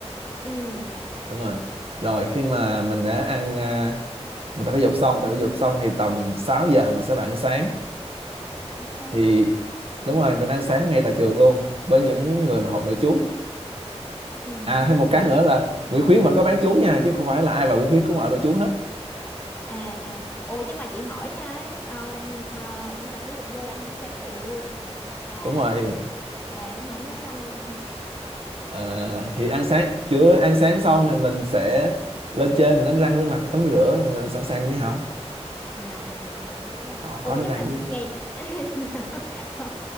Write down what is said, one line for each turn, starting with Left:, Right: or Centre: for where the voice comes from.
Left: ừ
Right: đúng rồi rồi khi mà mình đã ăn à, mình tập thể dục xong tập thể dục xong thì tầm 6 giờ mình sẽ bạn ăn sáng
Left: sáng
Right: thì đúng
Left: ừ
Right: rồi mình ăn sáng ngay tại trường luôn với những người mà học nội trú
Left: ừ
Right: à thêm một
Left: ủa
Right: cái nữa
Left: nhưng
Right: là Nguyễn Khuyến vẫn có bán trú nha chứ không phải là ai vào Nguyễn Khuyến cũng ở nội trú hết
Left: à à ủa nhưng mà chị hỏi nha um, ờ, em tập thể dục vô là em ăn sáng liền luôn là
Right: đúng rồi
Left: là em không đánh răng luôn hả
Right: Ờ, thì ăn sáng chưa ăn sáng xong thì mình sẽ lên trên mình đánh răng rửa mặt tắm rửa rồi mình sẵn sàng mình đi học
Left: à à à hiểu rồi
Right: có
Left: ủa
Right: có đánh
Left: nhưng
Right: răng
Left: mà
Right: chứ
Left: ngày <laughs> ngày nào không,